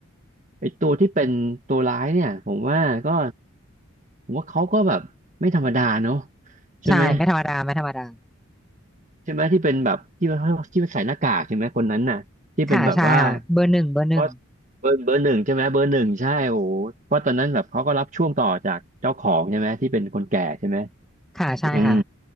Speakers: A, on the right; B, in the centre.
A: ไอตัวที่เป็นตัวร้ายเนี่ยผมว่าก็ผมว่าเขาก็แบบไม่ธรรมดาเนอะใช่ไหม
B: ใช่ไม่ธรรมดาไม่ธรรมดา
A: ใช่ไหมที่เป็นแบบที่ว่าที่ว่าใส่หน้ากากใช่ไหมคนนั้นน่ะที่เป็นแบบว่า
B: ค่ะใช่ค่ะเบอร์หนึ่งเบอร์หนึ่ง
A: ก็เบอร์เบอร์หนึ่งใช่ไหมเบอร์หนึ่งใช่โอ้โหเพราะตอนนั้นแบบเขาก็รับช่วงต่อจากเจ้าของใช่ไหมที่เป็นคนแก่ใช่ไหม
B: ค่ะใช่ค่ะ
A: อืม